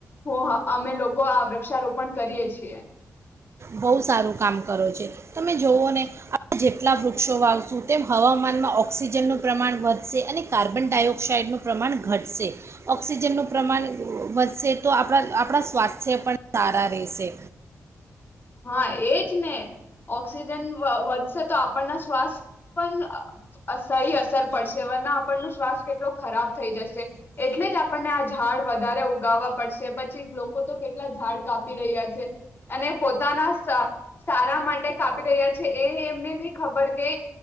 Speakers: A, on the left; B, on the right.
A: હું અમે લોકો આ વૃક્ષારોપણ કરીએ છીએ.
B: બહુ સારું કામ કરો છે તમે જોવોને આ જેટલા વૃક્ષો વાવશું તેમ હવામાનમાં ઓક્સિજનનું પ્રમાણ વધશે અને કાર્બન ડાયોક્સાાઈડનું પ્રમાણ ઘટશે ઓક્સિજનનું પ્રમાણ વધશે તો આપણા આપણા સ્વાસ્થ્ય પણ સારા રહેશે.
A: હા એજને ઓક્સિજન વધ વધશે તો તો આપણના શ્વાસ પન સહી અસર પડશે વરના આપણનો શ્વાસ કેટલો ખરાબ થઈ જશે એટલે જ આપણને આ ઝાડ વધારે ઉગાવા પડશે પછી લોકો તો કેટલા ઝાડ કાપી રહ્યા છે અને પોતાના સા સારા માટે કાપી રહ્યા છે એ એમને નહી ખબર કે